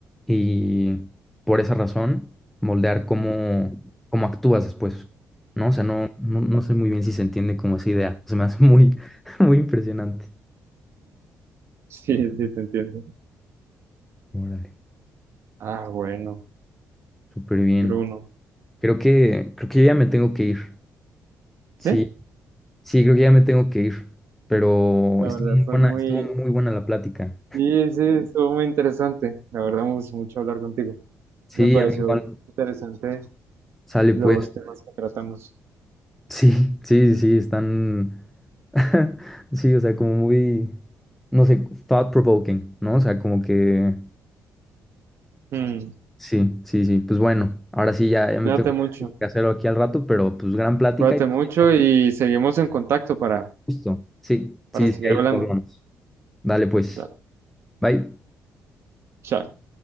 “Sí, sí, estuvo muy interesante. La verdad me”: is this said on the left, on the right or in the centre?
Right